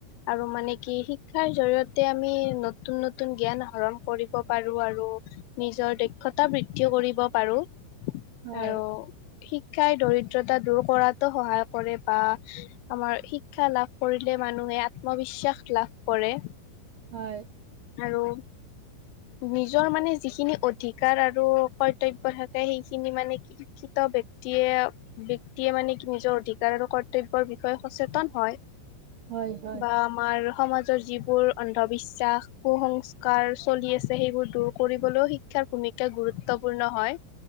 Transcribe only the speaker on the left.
আৰু মানে কি শিক্ষাৰ জৰিয়ত- তে আমি নতুন নতুন জ্ঞান আহৰণ কৰিব পাৰো আৰু নিজৰ দক্ষত- তা বৃদ্ধিও কৰিব পাৰো।
আৰু- শিক্ষাই দৰিদ্ৰতা দূৰ কৰাতো সহায় কৰে বা আমাৰ শিক্ষা লাভ- কৰিলে মানুহে আত্মবিশ্বাস লাভ কৰে।
আৰু নিজৰ মানে যিখিনি অধিকাৰ আৰু- কৰ্তব্যৰ থাকে সেইখিনি মানে শিকিত ব- ব্যক্তিয়ে, ব্যক্তিয়ে মানে কি নিজৰ অধিকাৰ আৰু কৰ্তব্যৰ বিষয়ে সচেতন হয়।
বা আমাৰ সমাজৰ যিবোৰ অন্ধবিশ্বাস, কুসংস্কাৰ চলি আছে সেইবোৰ দূৰ কৰিবলৈ শি- শিক্ষাৰ ভূমিকা গুৰুত্বপূৰ্ণ হয়।